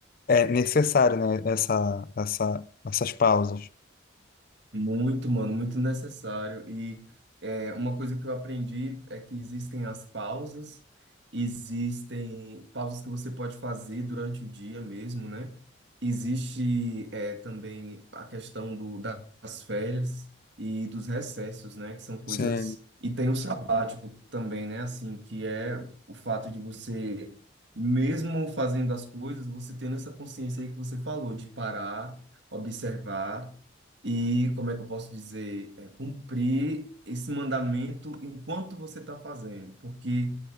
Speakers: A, on the left; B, on the right.
A: é necessário, né, essa, essa, essas pausas.
B: Muito, mano, muito necessário. E é, uma coisa que eu aprendi é que existem as pausas, existem pausas que você pode fazer durante o dia mesmo, né? Existe é, também a questão do, das férias e dos recessos, né? Que são coisas.
A: Sim,
B: E tem o sabático também, né? Assim, que é o fato de você, mesmo fazendo as coisas, você tendo essa consciência aí que você falou, de parar, observar e, como é que eu posso dizer, é, cumprir esse mandamento enquanto você está fazendo. Porque